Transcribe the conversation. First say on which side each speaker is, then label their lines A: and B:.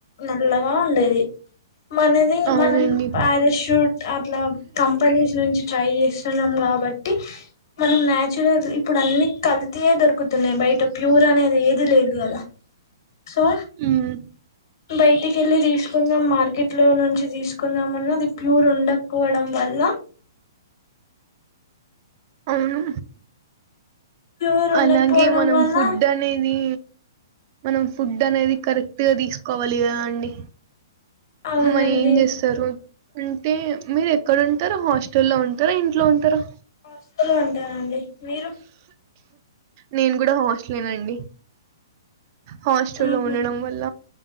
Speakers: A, on the left; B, on the right.
A: నల్లగా ఉండేది మనది
B: అవునండి
A: మనం పారాషూట్ అట్లా కంపెనీస్ నుంచి ట్రై చేస్తున్నాం కాబట్టి మనం నాచురల్ ఇప్పుడు అన్ని కల్తయే దొరుకుతున్నాయి బయట ప్యూర్ అనేది ఏది లేది కదా సో
B: ఉమ్
A: బయటికి వెళ్ళి తీసుకుందాం మార్కెట్ లో నుంచి తీసుకుందాం అన్న అది ప్యూర్ ఉండకపోవడం వల్ ల్ల
B: అవును
A: ప్యూర్ ఉండకపోవడం
B: అలాగే మనం
A: వల్ల
B: ఫుడ్ అనేది మనం ఫుడ్ అనేది కరెక్ట్ గా తీసుకోవాలి కదా అండి
A: అవునండి
B: మరి ఏం చేస్తారు అంటే మీరు ఎక్కడ ఉంటారు హాస్టల్ల్లో ఉంటారా ఇంట్లో ఉంటారా
A: హాస్టల్లో ఉంటానండి మీరు
B: నేను కూడా హాస్టలేనండి హాస్టల్
A: అవునండి
B: లో ఉండడం వల్ల